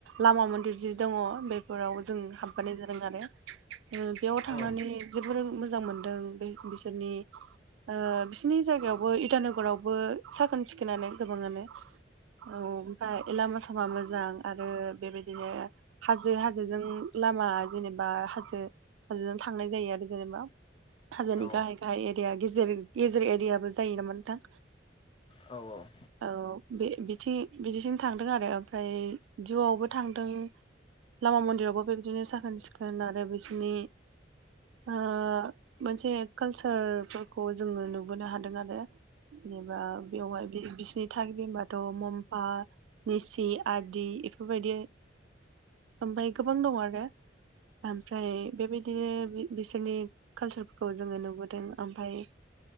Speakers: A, on the right (about 80°); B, on the left (about 25°).
A: लामा मन्दिर जि दङ बेफोराव जों हाबबोनाय जादों आरो ओ बेयाव थांनानै
B: औ औ
A: जोबोर मोजां मोनदों बे बिसोरनि ओ बिसिरनि जायगायावबो इटानगरावबो साखोन सिखोनानो गोबाङानो औ ओमफाय लामा सामा मोजां आरो बेबायदिनो हाजो हाजोजों लामा जेनेबा हाजो हाजोजों थांनाय जायो आरो जेनेबा हाजोनि
B: औ
A: गाहाय गाहाय एरिया गेजेर गेजेर एरियाबो जायो नामा नोंथां?
B: औ औ
A: औ बे बिथि बिदिसिम थांदों आरो ओमफ्राय जिउआवबो थांदों लामा मन्दिरावबो बेबायदिनो साखोन सिखोन आरो बिसोरनि ओ मोनसे कालसारफोरखौ जोङो नुबोनो हादों आरो जेनेबा बेवहाय बि-बिसि नि थागिबि होनबाथ मम्फा निसि आदि इफोरबायदि ओमफ्राय गोबां दं आरो ओमफ्राय बेबायदिनो बि- बिसिनि कालसारफोरखौ जोङो नुबोदों ओमफाय